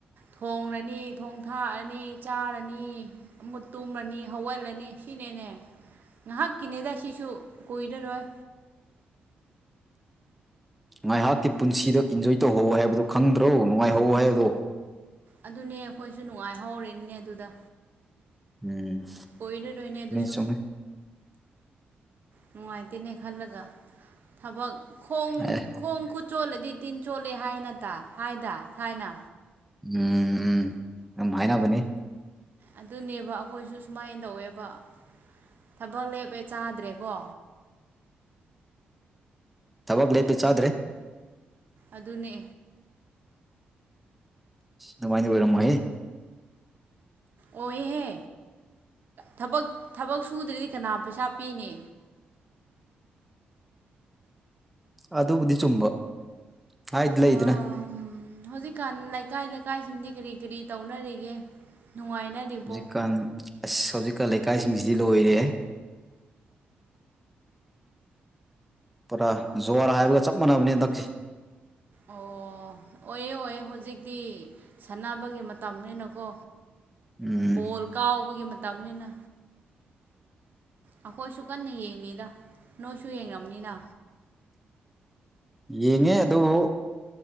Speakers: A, on the right; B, in the centre.
A: ꯊꯣꯡꯔꯅꯤ ꯊꯣꯡ ꯊꯥꯛꯑꯅꯤ ꯆꯥꯔꯅꯤ ꯃꯨꯛ ꯇꯨꯝꯔꯅꯤ ꯍꯧꯒꯠꯂꯅꯤ ꯁꯤꯅꯤ ꯅꯤꯅꯦ ꯉꯥꯏꯍꯥꯛꯀꯤꯅꯤꯗ ꯁꯤꯁꯨ ꯀꯨꯏꯔꯔꯣꯏ
B: ꯉꯥꯏꯍꯥꯛꯀꯤ ꯄꯨꯟꯁꯤꯗ ꯏꯟꯖꯣꯏ ꯇꯧꯍꯧ ꯍꯥꯏꯕꯗꯣ ꯈꯪꯗ꯭ꯔꯣ ꯅꯨꯡꯉꯥꯏꯍꯧ ꯍꯥꯏꯕꯗꯣ
A: ꯑꯗꯨꯅꯦ ꯑꯩꯈꯣꯏꯁꯨ ꯅꯨꯡꯉꯥꯏꯍꯧꯔꯤꯅꯤꯅꯦ ꯑꯗꯨꯗ
B: ꯎꯝ
A: ꯑꯣꯏꯔꯔꯣꯏꯅꯦ ꯑꯗꯨꯁꯨ
B: ꯆꯨꯝꯃꯦ
A: ꯅꯨꯡꯉꯥꯏꯇꯦꯅꯦ ꯈꯜꯂꯒ ꯊꯕꯛ ꯈꯣꯡ
B: ꯑꯦ
A: ꯈꯣꯡ ꯈꯨꯠ ꯆꯣꯠꯂꯗꯤ ꯇꯤꯟ ꯆꯣꯠꯂꯦ ꯍꯥꯏꯅꯠꯇ ꯍꯥꯏꯗ ꯊꯥꯏꯅ
B: ꯎꯝ ꯌꯥꯝ ꯍꯥꯏꯅꯕꯅꯤ
A: ꯑꯗꯨꯅꯦꯕ ꯑꯩꯈꯣꯏꯁꯨ ꯁꯨꯃꯥꯏꯅ ꯇꯧꯋꯦꯕ ꯊꯕꯛ ꯂꯦꯞꯄꯦ ꯆꯥꯗ꯭ꯔꯦꯀꯣ
B: ꯊꯕꯛ ꯂꯦꯞꯄꯦ ꯆꯥꯗ꯭ꯔꯦ
A: ꯑꯗꯨꯅꯦ
B: ꯗꯨꯃꯥꯏꯗꯤ ꯑꯣꯏꯔꯝ ꯃꯣꯢꯍꯦ
A: ꯑꯣꯌꯦꯍꯦ ꯊꯕꯛ ꯊꯕꯛ ꯁꯨꯗ꯭ꯔꯗꯤ ꯀꯅꯥ ꯄꯩꯁꯥ ꯄꯤꯅꯤ
B: ꯑꯗꯨꯕꯨꯗꯤ ꯆꯨꯝꯕ ꯍꯥꯏꯗꯤ ꯂꯩꯗꯅ
A: ꯑꯥ ꯍꯧꯖꯤꯛꯀꯥꯟ ꯂꯩꯀꯥꯏ ꯂꯩꯀꯥꯏꯁꯤꯡꯗꯤ ꯀꯤꯔꯤ ꯀꯤꯔꯤ ꯇꯧꯅꯔꯤꯒꯦ ꯅꯨꯡꯉꯥꯏꯅꯔꯤꯕꯣ
B: ꯍꯧꯖꯤꯛꯀꯥꯟ ꯑꯁ ꯍꯧꯖꯤꯛꯀꯥꯟ ꯂꯩꯀꯥꯏꯁꯤꯡꯁꯤꯗꯤ ꯂꯣꯏꯔꯦꯍꯦ ꯄꯨꯔꯥ ꯖꯨꯋꯥꯔ ꯍꯥꯏꯕꯒ ꯆꯞ ꯃꯥꯟꯅꯕꯅꯦ ꯍꯟꯗꯛꯁꯤ
A: ꯑꯣ ꯑꯣꯏꯌꯦ ꯑꯣꯏꯌꯦ ꯍꯧꯖꯤꯛꯇꯤ ꯁꯥꯟꯅꯕꯒꯤ ꯃꯇꯝꯅꯤꯅꯀꯣ
B: ꯎꯝ
A: ꯕꯣꯜ ꯀꯥꯎꯕꯒꯤ ꯃꯇꯝꯅꯤꯅ ꯑꯩꯈꯣꯏꯁꯨ ꯀꯟꯅ ꯌꯦꯡꯉꯤꯗ ꯅꯣꯏꯁꯨ ꯌꯦꯡꯔꯝꯅꯤꯗ
B: ꯌꯦꯡꯉꯦ ꯑꯗꯨꯕꯨ